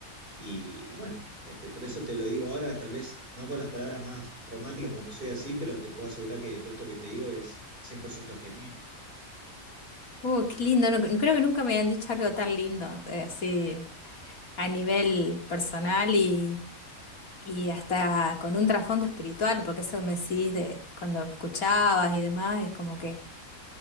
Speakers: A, on the right (about 40°); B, on the left (about 80°).
A: Y bueno, este, por eso te lo digo ahora, tal vez no con las palabras más románticas, porque no soy así, pero te puedo asegurar que todo esto que te digo es 100% genuino.
B: Uh, qué lindo. No, no creo que nunca me habían dicho algo tan lindo, eh, así a nivel personal y, y hasta con un trasfondo espiritual, porque eso que me decís de cuando me escuchabas y demás, es como que